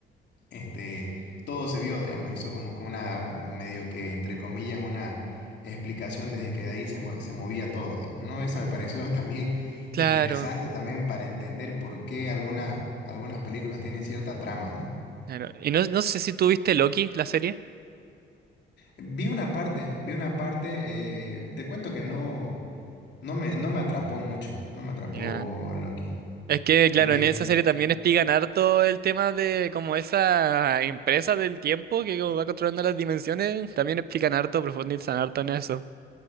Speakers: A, on the left (about 60°); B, on the right (about 50°).
A: este, todo se vio, digamos, hizo como que una, medio que, entre comillas, una explicación desde que de ahí se, mo- se movía todo, digamos, ¿no? Eso me pareció <laughs> también
B: Claro,
A: interesante también para entender por qué algunas, algunas películas tienen cierta trama, ¿no?
B: claro. Y no, no sé si tú viste Loki, la serie.
A: Vi una parte, vi una parte, eh, te cuento que no, no me, no me atrapó mucho, no me atrapó
B: Ya.
A: Loki.
B: Es que, claro,
A: La que,
B: en esa serie también explican harto el tema de como esa empresa del tiempo que como va controlando las dimensiones. También explican harto, profundizan harto en eso.